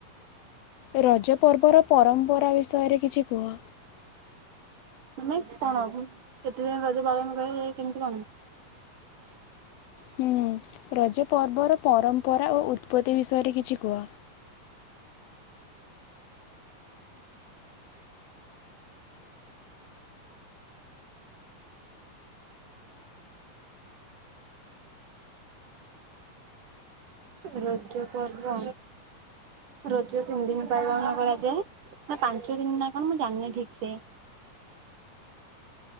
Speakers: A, on the left (about 85°); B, on the right (about 60°).
A: ରଜପର୍ବର ପରମ୍ପରା ବିଷୟରେ କିଛି କୁହ?
B: ମାନେ କଣ? କେତେ ଦିନ ରଜ ପାଳନ କରାଯାଏ? କେମିତି କଣ?
A: ହୁଁ। ରଜ ପର୍ବର ପରମ୍ପରା ଓ ଉତ୍ପତ୍ତି ବିଷୟରେ କିଛି କୁହ।
B: ରଜ ପର୍ବ ରଜ ତିନି ଦିନି ପାଳଣ କରାଯାଏ। ନା ପାଞ୍ଚ ଦିନି ନା କଣ? ମୁଁ ଜାଣିନି ଠିକ ସେ।